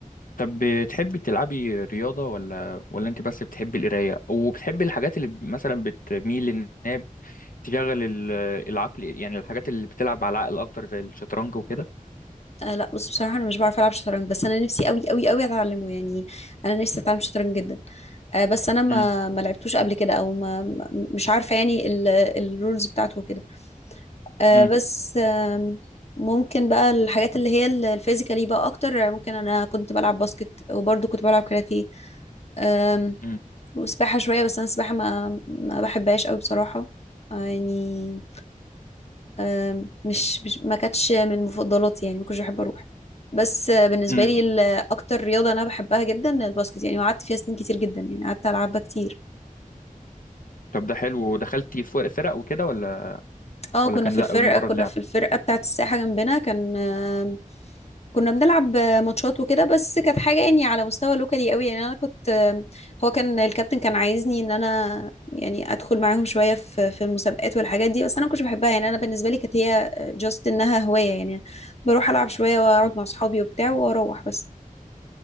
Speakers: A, on the left (about 75°); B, on the left (about 50°).
A: طب بتحبي تلعبي رياضة ولا ولا انت بس بتحبي القراية وبتحبي الحاجات اللي مثلا بتميل انها تشغل ال- العقل يعني الحاجات اللي بتلعب على العقل اكتر زي الشطرنج وكده
B: آه لا بص بصراحة انا مش بعرف العب شطرنج بس انا نفسي قوي قوي قوي اتعلمه يعني انا نفسي اتعلم شطرنج جدا آه بس انا ما
A: امم
B: ما لعبتوش قبل كده او ما ما- مش عارفة يعني الرولز بتاعته وكده آه،
A: امم
B: بس آم، ممكن بقى الحاجات اللي هي ال- الفيزيكالي بقى اكتر ممكن انا كنت بلعب باسكت وبرضه كنت بلعب كاراتيه آم،
A: امم
B: وسباحة شوية بس انا السباحة ما ما بحبهاش قوي بصراحة آه، يعني آم، مش مش- ما كانتش من مفضلاتي يعني ما كنتش بحب اروح بس آه، بالنسبة
A: امم
B: لي ال- اكتر رياضة انا بحبها جدا الباسكت يعني وقعدت فيها سنين كتير جدا يعني قعدت العبها كتير
A: طب ده حلو ودخلتي في فرق وكده ولا
B: اه
A: ولا
B: كنا
A: كان
B: في
A: لا
B: الفرقة
A: مجرد
B: كنا
A: لعب
B: في الفرقة بتاعة الساحة جنبنا كان آم، كنا بنلعب آه، ماتشات وكده بس كانت حاجة يعني على مستوى لوكالي قوي يعني انا كنت آم، هو كان الكابتن كان عايزني ان انا يعني ادخل معاهم شوية في في المسابقات والحاجات دي بس انا ما كنتش بحبها يعني انا بالنسبة لي كانت هي جاست انها هواية يعني بروح العب شوية واقعد
A: مم.
B: مع اصحابي وبتاع واروح بس